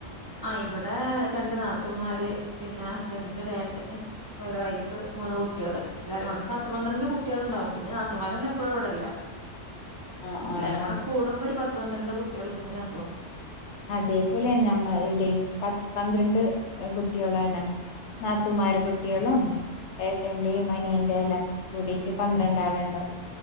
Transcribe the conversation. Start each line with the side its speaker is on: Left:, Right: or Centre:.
Right: ആഹ് ഇവിടെ രണ്ട് നാത്തൂന്മാര് പിന്നെ ഹസ്ബന്റിന്റെ ഒരു ഏട്ടന്. ഓലെ വൈഫ്‌ മൂന്ന് കുട്ട്യേള്. എല്ലാരു ഉണ്ട്. പത്ത് പന്ത്രണ്ട് കുട്ട്യേൾണ്ടാവും. പിന്നെ നാത്തൂമാരന്നും എപ്പഴും ഇവിടില്ല.
Left: ആഹ്
Right: എല്ലാരും
Left: ആഹ്
Right: കൂടെ കൂടുമ്പോ ഒരു പത്ത് പന്ത്രണ്ട് കുട്ട്യേളും പിന്നെ ഞങ്ങളും.
Left: അതേപോലെ ഞമ്മ ഇടെയും. പത് പന്ത്രണ്ട് കുട്ട്യോളന്നെ. നാത്തുമാര് കുട്ട്യേളും. ഏട്ടന്റെയും അനിയന്റെയും എല്ലാം കൂടീട്ട് പന്ത്രണ്ടാളുണ്ട്.